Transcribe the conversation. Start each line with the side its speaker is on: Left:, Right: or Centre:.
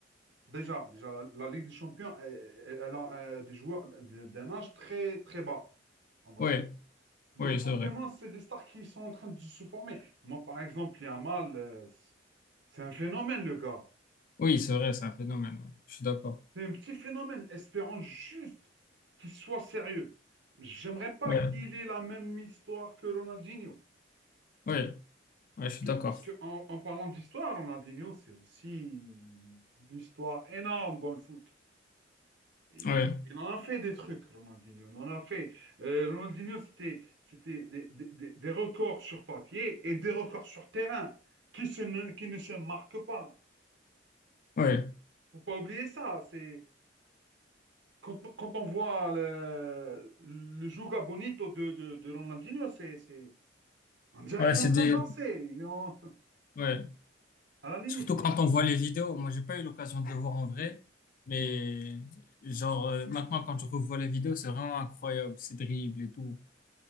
Right: déjà, déjà la, la Ligue des Champions, euh, elle, elle a euh, des joueurs de- d'un âge très, très bas, on va
Left: Ouais,
Right: dire. Donc
Left: oui,
Right: forcément,
Left: c'est vrai.
Right: c'est des stars qui sont en train de se former. Moi, par exemple, il y a un mal, c'est un phénomène, le gars.
Left: Oui, c'est vrai, c'est un phénomène. ouais. Je suis d'accord.
Right: C'est un petit phénomène, espérant juste qu'il soit sérieux. J'aimerais pas
Left: Ouais,
Right: qu'il ait la même histoire que Ronaldinho.
Left: ouais, ouais,
Right: Parce
Left: je suis
Right: que,
Left: d'accord.
Right: parce que en, en parlant d'histoire, Ronaldinho, c'est aussi une histoire énorme dans le foot. Il,
Left: Ouais,
Right: il en a fait des trucs, Ronaldinho. Il en a fait. Euh, Ronaldinho, c'était, c'était des, des- des- des records sur papier et des records sur terrain qui, se ne, qui ne se marquent pas.
Left: ouais,
Right: Faut pas oublier ça. C'est, Quand, quand on voit le, le Juga Bonito de, de, de Ronaldinho, c'est, c'est- on dirait
Left: ouais,
Right: qu'il
Left: c'est
Right: est en train
Left: des.
Right: de danser, il est en-
Left: Ouais.
Right: à la limite.
Left: Surtout quand on voit les vidéos. Moi, j'ai pas eu l'occasion de le voir en vrai,
Right: Oui.
Left: mais genre euh, maintenant quand je revois les vidéos, c'est vraiment incroyable, ces dribbles et tout.